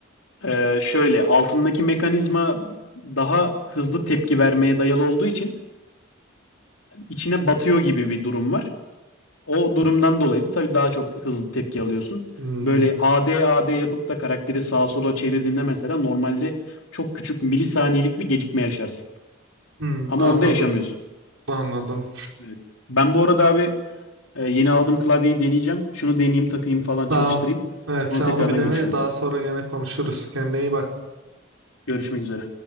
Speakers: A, on the left; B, on the right.
A: Ee, şöyle altındaki mekanizma daha hızlı tepki vermeye dayalı olduğu için içine batıyor gibi bir durum var. O durumdan dolayı da tabii daha çok hızlı tepki alıyorsun.
B: Hmm.
A: Böyle AD AD yapıp da karakteri sağa sola çevirdiğinde mesela normalde çok küçük milisaniyelik bir gecikme yaşarsın.
B: Hmm,
A: Ama
B: anladım.
A: onda yaşamıyorsun.
B: Anladım.
A: Evet. Ben bu arada abi e, yeni aldığım klavyeyi deneyeceğim. Şunu deneyeyim, takayım
B: <laughs>
A: falan
B: Tamam.
A: çalıştırayım.
B: Evet
A: Sonra
B: sen
A: tekrardan
B: onu bir dene
A: görüşelim.
B: daha sonra gene konuşuruz. Kendine iyi bak.
A: Görüşmek üzere.